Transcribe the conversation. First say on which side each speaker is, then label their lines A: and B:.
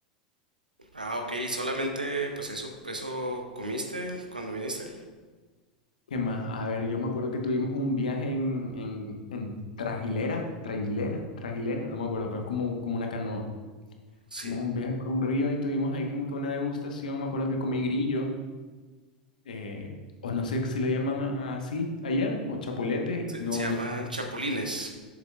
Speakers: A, on the right (about 80°); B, on the left (about 75°).
A: Ah, ok. ¿Y solamente pues eso, eso comiste cuando viniste?
B: ¿Qué más? A ver, yo me acuerdo que tuvimos un viaje en, en, en trajilera, trajilera, trajilera, no me acuerdo, pero es como, un- como una canoa.
A: Sí.
B: Tuvimos un viaje por un río y tuvimos ahí como que una degustación. Me acuerdo que comí grillo, eh, o no sé si le llaman a- así allá, o chapuletes,
A: sí,
B: no,
A: Se llaman
B: no,
A: chapulines.